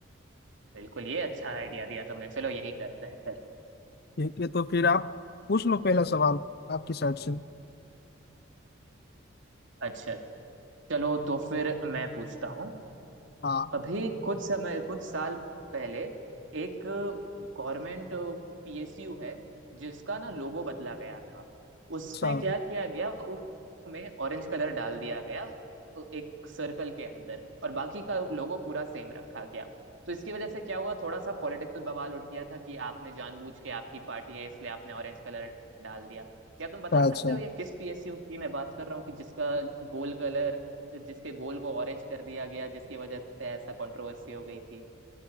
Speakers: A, on the right; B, on the left.
A: बिल्कुल ये अच्छा आइडिया दिया तुमने चलो यही करते हैं फिर
B: ठीक है तो फिर आप पूछ लो पहला सवाल आपकी साइड से
A: अच्छा चलो तो फिर मैं पूछता हूँ
B: हाँ
A: अभी कुछ समय कुछ साल पहले एक गवर्नमेंट पीएसयू है जिसका ना लोगो बदला गया था उसमें
B: अच्छा हाँ,
A: क्या किया गया उस लोगो में ऑरेंज कलर डाल दिया गया तो एक सर्कल के अंदर और बाकी का लोगो पूरा सेम रखा गया तो इसकी वजह से क्या हुआ थोड़ा सा पॉलिटिकल बवाल उठ गया था कि आपने जानबूझ के आपकी पार्टी है इसलिए आपने ऑरेंज कलर डाल दिया क्या तुम बता
B: अच्छा
A: सकते हो
B: अच्छा
A: ये किस पीएसयू की मैं बात कर रहा हूँ कि जिसका गोल कलर जिसके गोल को ऑरेंज कर दिया गया जिसकी वजह से ऐसा कंट्रोवर्सी हो गई थी